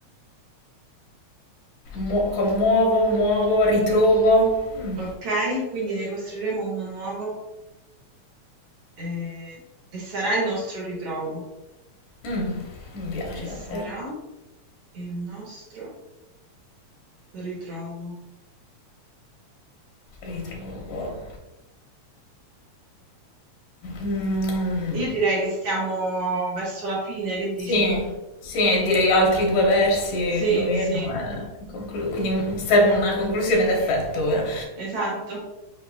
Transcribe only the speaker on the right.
Okay, quindi ne costruiremo uno nuovo, ehm, e sarà il nostro ritrovo.
E sarà
il nostro ritrovo.
Io direi che stiamo verso la fine, che dici
tu?
Sì,
sì,
esatto.